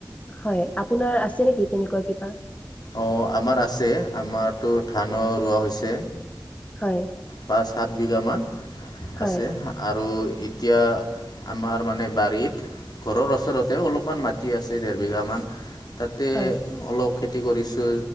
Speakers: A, on the left; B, on the left.
A: হয়, আপোনাৰ আছে নেকি তেনেকুৱা কিবা?
B: অহ, আমাৰ আছে আমাৰতো ধানত হৈছে
A: হয়
B: পাচ সাত বিঘা মান
A: হয়
B: আছে আৰু এতিয়া আমাৰ মানে বাৰীত ঘৰৰ ওচৰতে অলপমান মাটি আছে দেৰ বিঘা মান তাতে
A: হয়
B: অলপ খেতি কৰিছো